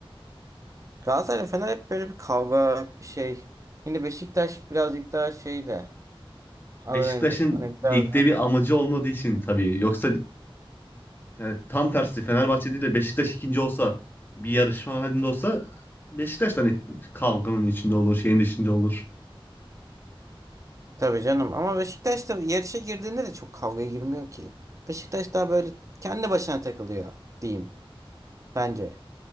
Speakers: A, on the right; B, on the left.
A: Galatasaray ve Fener hep böyle bir kavga bir şey. Yine Beşiktaş birazcık daha şey de adı
B: Beşiktaş'ın
A: nedir? Hani
B: ligde
A: biraz da
B: bir amacı olmadığı için tabii. Yoksa yani tam tersi Fenerbahçe değil de Beşiktaş ikinci olsa bir yarışma halinde olsa Beşiktaş da hani kavganın içinde olur, şeyin içinde olur.
A: tabii canım ama Beşiktaş da yarışa girdiğinde de çok kavgaya girmiyor ki. Beşiktaş daha böyle kendi başına takılıyor diyeyim bence.